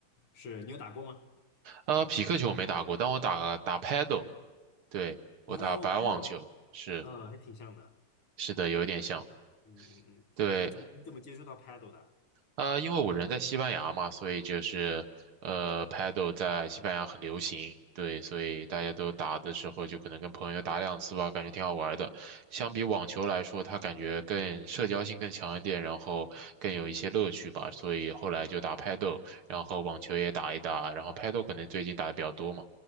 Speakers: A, on the left; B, on the right.
A: 是你有打过吗？
B: 呃，匹克球我没打过，但我打打 paddle，对，我打白网球，
A: 哦，paddle，
B: 是
A: 嗯，还挺像的。
B: 是的，有一点像。
A: 嗯嗯嗯，
B: 对，
A: 哎，你怎么你怎么接触到 paddle 的啊？
B: 呃，因为我人在西班牙嘛，所以就是呃，Paddle 在西班牙很流行，对，所以大家都打的时候就可能跟朋友打两次吧，感觉挺好玩的。相比网球来说，它感觉更社交性更强一点，然后更有一些乐趣吧，所以后来就打 Paddle，然后网球也打一打，然后 Paddle 可能最近打的比较多嘛。